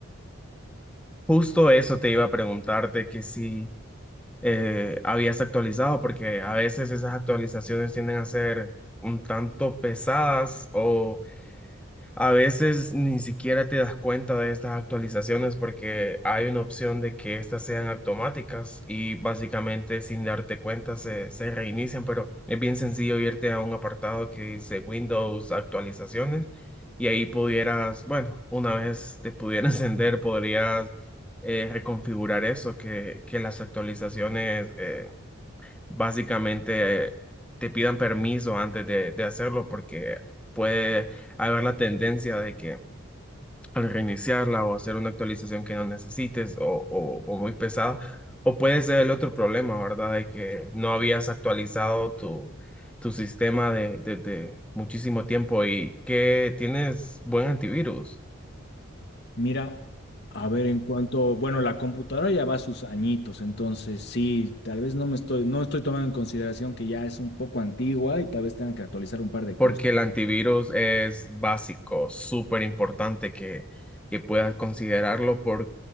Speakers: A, in the centre; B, on the left.
A: justo eso te iba a preguntarte que si eh, habías actualizado, porque a veces esas actualizaciones tienden a ser un tanto pesadas o A veces ni siquiera te das cuenta de estas actualizaciones porque hay una opción de que estas sean automáticas y básicamente sin darte cuenta se, se reinician, pero es bien sencillo irte a un apartado que dice Windows actualizaciones y ahí pudieras, bueno, una vez te pudiera <laughs> encender, podrías eh, reconfigurar eso, que, que las actualizaciones eh, básicamente te pidan permiso antes de, de hacerlo porque puede haber la tendencia de que al reiniciarla o hacer una actualización que no necesites o, o- o muy pesada, o puede ser el otro problema, ¿verdad? De que no habías actualizado tu, tu sistema de, de- de muchísimo tiempo y que tienes buen antivirus.
B: mira, a ver en cuanto, bueno, la computadora ya va a sus añitos, entonces sí, tal vez no me estoy, no estoy tomando en consideración que ya es un poco antigua y tal vez tenga que actualizar un par de
A: porque
B: cosas.
A: el antivirus es básico, súper importante que, que puedas considerarlo por-